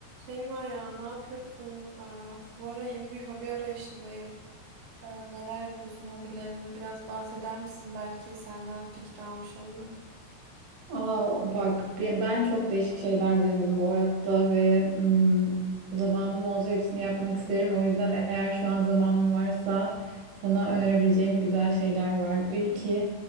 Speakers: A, on the right; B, on the right.
A: Şeyma ya ne yapıyorsun? Aa, bu ara yeni bir hobi arayışındayım. Ee, neler yapıyorsun? Hobilerini biraz bahseder misin? Belki senden fikir almış olurum.
B: Aa, bak bi- ben çok değişik şeyler denedim bu hayatta ve mm, zamanım olsa hepsini yapmak isterim. O yüzden eğer şu an zamanım varsa sana önerebileceğim güzel şeyler var. İlki